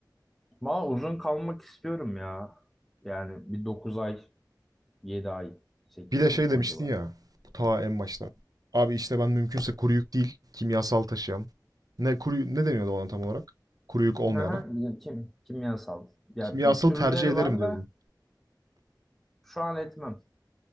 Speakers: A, in the centre; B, on the right.
A: Valla uzun kalmak istiyorum ya. Yani bir 9 ay, 7 ay, 8
B: Bir de
A: ay
B: şey
A: o
B: demiştin
A: civarı.
B: ya, bu ta en başta. Abi işte ben mümkünse kuru yük değil, kimyasal taşıyan. Ne kuru ne deniyordu ona tam olarak? Kuru yük olmayana.
A: Aha, ya kim, kimyasal. Ya
B: Kimyasal
A: türleri
B: tercih ederim
A: var
B: diyordun.
A: da şu an etmem.